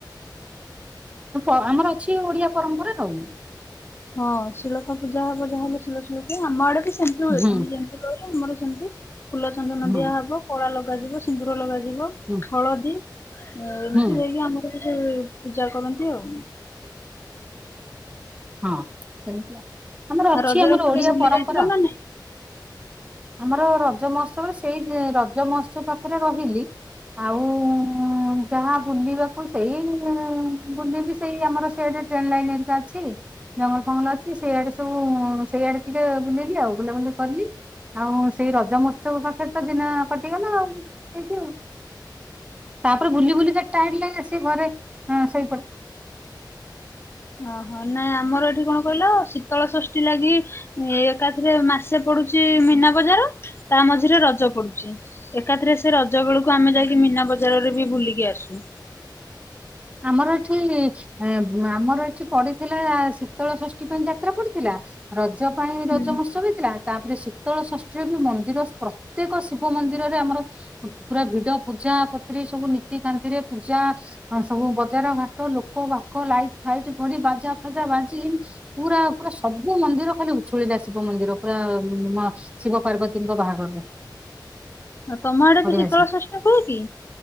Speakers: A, on the right; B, on the left.
A: ଆମର ଅଛି ଓଡିଆ ପରମ୍ପରା ତ
B: ହଁ ଶିଳ ପୂଜା ହବ ଯାହାହଲେ ଶିଳ ଶିଳପୁଆ ଆମ ଆଡେ ବି ସେମିତି ହୁଏ
A: ହୁଁ
B: ତମ ଯେତି କହିଲେ ଆମର ସେମିତି ଫୁଲ ଚନ୍ଦନ
A: ହୁଁ
B: ଦିଆ ହବ କଳା ଲଗାଯିବ ସିନ୍ଦୁର ଲଗାଯିବ
A: ହୁଁ
B: ହଳଦୀ ଏମିତି
A: ହୁଁ
B: ଯାଇକି ଆମର କିଛି ପୂଜା କରନ୍ତି ଆଉ
A: ହଁ ସେମତି ଆମର
B: ଆଉ
A: ଅଛି
B: ରଜରେ
A: ଆମର
B: କୁଆଡେ
A: ଓଡିଆ
B: ବୁଲି
A: ପରମ୍ପରା
B: ଯାଇଥିଲ ନା ନାଇଁ?
A: ଆମର ରଜ ମହୋତ୍ସବ ସେଇ ରଜ ମହୋତ୍ସବ ପାଖରେ ରହିଲି ଆଉ ଯାହା ବୁଲିବାକୁ ସେଇ ବୁଲିଲି ସେଇ ଆମର ସେଆଡ ଟ୍ରେନ ଲାଇନ ହାରିକା ଅଛି। ଜଙ୍ଗଲ ଫଙ୍ଗଲ ଅଛି ସେଇଆଡେ ସବୁ ସେଇଆଡେ ଟିକେ ବୁଲେଲି ଆଉ ବୁଲାବୁଲି କଲି। ଆଉ ସେଇ ରଜ ମହୋତ୍ସବ ପାଖରେ ତ ଦିନ କଟିଗଲା ଆଉ ହେଇଠି ଆଉ। ତାପରେ ବୁଲି ବୁଲି ଚାର୍ଟା ହେଲେ ଆସି ଘରେ ଅ ଶୋଇପ
B: ଓହୋ ନାଇଁ ଆମର ଏଠି କଣ କହିଲ ଶୀତଳ ଷଷ୍ଠୀ ଲାଗି ଏ ଏକାଥରେ ମାସେ ପଡୁଛି ମୀନା ବଜାର। ତା ମଝିରେ ରଜ ପଡୁଛି ଏକାଥରେ ସେ ରଜ ବେଳକୁ ଆମେ ଯାଇକି ମୀନା ବଜାରରେ ବି ବୁଲିକି ଆସୁ।
A: ଆମର ଏଠି ଏ ଆମର ଏଠି ପଡିଥିଲା ଶୀତଳ ଷଷ୍ଠୀ ପାଇଁ ଯାତ୍ରା ପଡିଥିଲା। ରଜ ପାଇଁ
B: ହୁଁ
A: ରଜ ମହୋତ୍ସବ ହେଇଥିଲା। ତାପରେ ଶୀତଳ ଷଷ୍ଠୀରେ ବି ମନ୍ଦିର ପ୍ରତ୍ୟେକ ଶିବ ମନ୍ଦିରରେ ଆମର ପୁରା ଭିଡ ପୂଜା ପତ୍ରି ସବୁ ନୀତିକାନ୍ତିରେ ପୂଜା ହଁ ସବୁ ବଜାର ଘାଟ ଲୋକ ବାକ ଲାଇଟ ଫାଇଟ ପଡ଼ି ବାଜା ଫାଜା ବାଜି ପୁରା ପୁରା ସବୁ ମନ୍ଦିର ଖାଲି ଉଛୁଳିଲେ ସିବ ମନ୍ଦିର ପୁରା ମା ଶିବ ପାର୍ବତୀଙ୍କ ବାହାଘରରେ।
B: ଆ ତମ ଆଡେ
A: ବଢିଆ
B: କିଛି ଶୀତଳ
A: ସେ।
B: ଷଷ୍ଠୀ କୁଏ କି?